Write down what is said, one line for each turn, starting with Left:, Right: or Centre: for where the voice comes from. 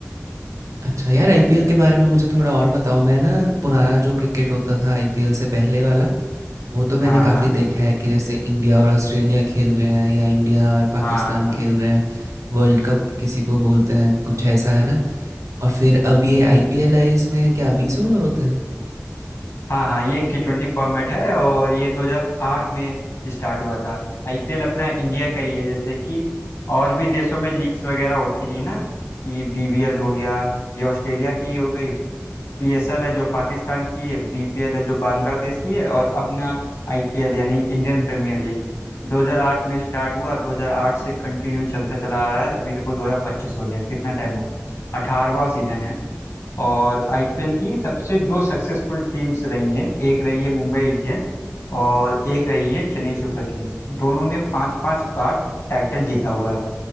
Right: अच्छा यार आईपीएल के बारे में मुझे थोड़ा और बताओ मैं ना पुराना जो क्रिकेट होता था आईपीएल से पहले वाला वो तो मैंने
Left: हाँ
Right: काफ़ी
Left: हाँ
Right: देखा है कि जैसे इंडिया और ऑस्ट्रेलिया खेल रहे हैं या इंडिया और पाकिस्तान
Left: हाँ हाँ
Right: खेल रहे हैं वर्ल्ड कप किसी को बोलते हैं कुछ ऐसा है ना और फिर अब ये आईपीएल है इसमें क्या बीस ओवर होते हैं
Left: हाँ हाँ ये टी ट्वेंटी फॉर्मेट है और ये 2008 में स्टार्ट हुआ था आईपीएल अपना इंडिया का ही है जैसे कि और भी देशों में लीग्स वगैरह होती है ना कि बीबीएल हो गया ये ऑस्ट्रेलिया की हो गई पीएसएल है जो पाकिस्तान की है बीपीएल है जो बांग्लादेश की है और अपना आईपीएल यानी इंडियन प्रीमियर लीग 2008 में स्टार्ट हुआ 2008 से कंटिन्यू चलता चला आ रहा है अभी देखो 2025 हो गया कितना टाइम हो गया 18वां सीजन है और आईपीएल की सबसे दो सक्सेसफुल टीम्स रही हैं एक रही है मुंबई इंडियंस और एक रही है चेन्नई सुपर किंग्स दोनों ने पांच पांच बार टाइटल जीता हुआ है